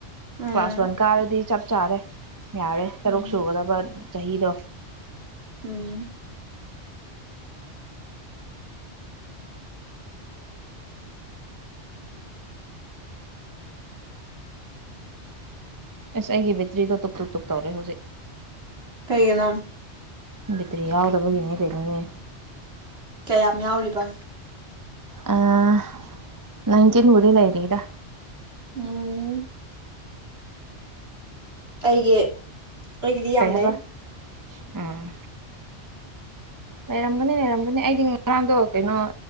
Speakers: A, on the right; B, on the right.
A: ꯎꯝ
B: ꯀ꯭ꯂꯥꯁ ꯋꯥꯟ ꯀꯥꯔꯗꯤ ꯆꯞ ꯆꯥꯔꯦ ꯌꯥꯔꯦ ꯇꯔꯨꯛ
A: ꯎꯝ
B: ꯁꯨꯒꯗꯕ ꯆꯍꯤꯗꯣ
A: ꯎꯝ
B: ꯑꯁ ꯑꯩꯒꯤ ꯕꯦꯇ꯭ꯔꯤꯗꯣ ꯇꯨꯞ ꯇꯨꯞ ꯇꯨꯨꯞ ꯇꯧꯔꯦ ꯍꯧꯖꯤꯛ
A: ꯀꯩꯒꯤꯅꯣ
B: ꯕꯦꯇ꯭ꯔꯤ ꯌꯥꯎꯗꯕꯒꯤꯅꯦ ꯀꯩꯅꯣꯅꯦ
A: ꯀꯌꯥꯝ ꯌꯥꯎꯔꯤꯕ
B: ꯑꯥ ꯅꯥꯏꯇꯤꯟꯕꯨꯗꯤ ꯂꯩꯔꯤꯗ
A: ꯎꯝ ꯑꯩꯒꯤ ꯑꯩꯒꯤꯗꯤ ꯌꯥꯝ
B: ꯀꯩꯍꯥꯏꯕ
A: ꯂꯩ
B: ꯎꯝ ꯂꯩꯔꯝꯒꯅꯤ ꯂꯩꯔꯝꯒꯅꯤ ꯑꯩꯗꯤ ꯉꯔꯥꯡꯗꯣ ꯀꯩꯅꯣ